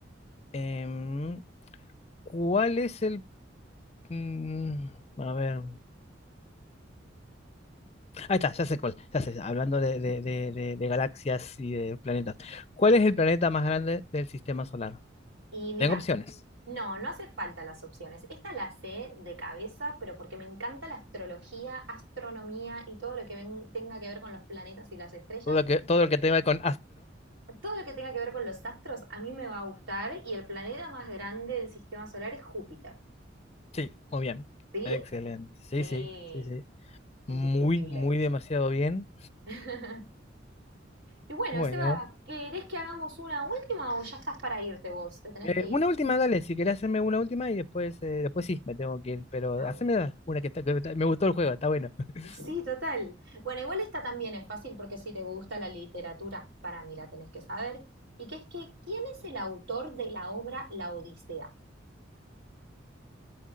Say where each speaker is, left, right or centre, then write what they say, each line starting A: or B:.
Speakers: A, on the left (about 35°); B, on the right (about 75°).
A: Em, ¿cuál es el... mm, a ver. Ahí está, ya sé cuál. Ya sé, hablando de, de- de- de- de galaxias y de planetas. ¿Cuál es el planeta más grande del sistema solar?
B: Y mira,
A: Tengo opciones.
B: no, no hace falta las opciones. Esta la sé de cabeza, pero porque me encanta la astrología, astronomía y todo lo que ven- tenga que ver con los planetas y las estrellas.
A: Todo lo que, todo lo que tenga con
B: Todo lo que tenga que ver con los astros a mí me va a gustar y el planeta más grande del sistema solar es Júpiter.
A: Sí, muy bien.
B: ¿Sí?
A: Excelente. Sí,
B: Sí,
A: sí, sí, sí.
B: indiscutible.
A: Muy, muy demasiado bien.
B: <laughs> Y bueno,
A: Bueno,
B: Seba, ¿querés que hagamos una última o ya estás para irte vos? ¿Te tenés
A: eh,
B: que ir?
A: una última, dale, si querés hacerme una última y después, eh, después sí, me tengo que ir, pero
B: Una
A: haceme la- una que, está- que está- me gustó el juego, está bueno. <laughs>
B: Sí, total. Bueno, igual esta también es fácil porque si te gusta la literatura, para mí la tenés que saber. Y que es que, ¿quién es el autor de la obra La Odisea?